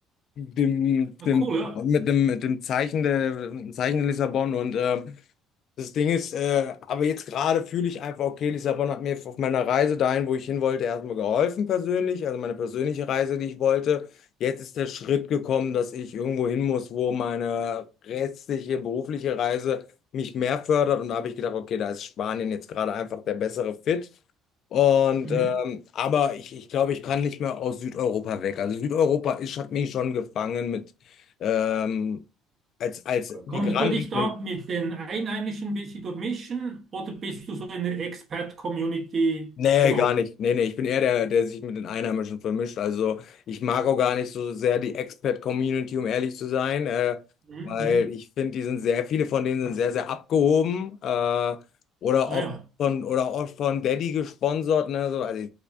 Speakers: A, on the left (about 45°); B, on the right (about 35°).
A: dem,
B: na
A: dem,
B: cool, ja.
A: mit dem, mit dem Zeichen der, Zeichen der Lissabon und ähm, das Ding ist, äh, aber jetzt gerade fühle ich einfach, okay, Lissabon hat mir auf meiner Reise dahin, wo ich hin wollte, erstmal geholfen persönlich, also meine persönliche Reise, die ich wollte. Jetzt ist der Schritt gekommen, dass ich irgendwo hin muss, wo meine restliche berufliche Reise mich mehr fördert. Und da habe ich gedacht, okay, da ist Spanien jetzt gerade einfach der bessere Fit. Und
B: Mhm.
A: ähm, aber ich, ich glaube, ich kann nicht mehr aus Südeuropa weg. Also Südeuropa ist, hat mich schon gefangen mit ähm, als, als Migranten.
B: Konntest du dich da mit den Einheimischen ein bisschen durchmischen oder bist du so in der Expat-Community
A: Nee,
B: gelandet?
A: gar nicht. Nee, nee, ich bin eher der, der sich mit den Einheimischen vermischt. Also ich mag auch gar nicht so sehr die Expat-Community, um ehrlich zu sein, äh,
B: Mhm.
A: weil ich finde, die sind sehr, viele von denen sind sehr, sehr abgehoben äh, oder
B: Ah
A: oft
B: ja,
A: von, oder oft von Daddy gesponsert, ne, so also